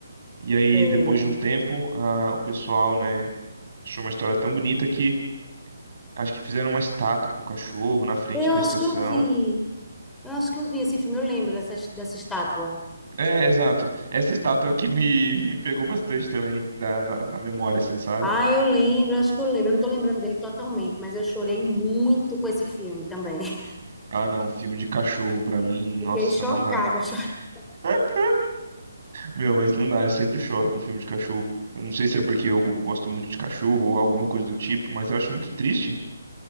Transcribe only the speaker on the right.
E aí,
depois de um tempo, a- o pessoal, né, achou uma história tão bonita que acho que fizeram uma estátua pro cachorro na frente
da
estação.
É, exato. Essa estátua é o que me, <laughs> me pegou bastante também, na, na na memória, assim, sabe?
Ah, não, filme de cachorro pra mim,
nossa,
não dá.
<laughs> Meu, mas não dá, eu sempre choro com filme de cachorro. Eu não sei se é porque eu gosto muito de cachorro ou alguma coisa do tipo, mas eu acho muito triste.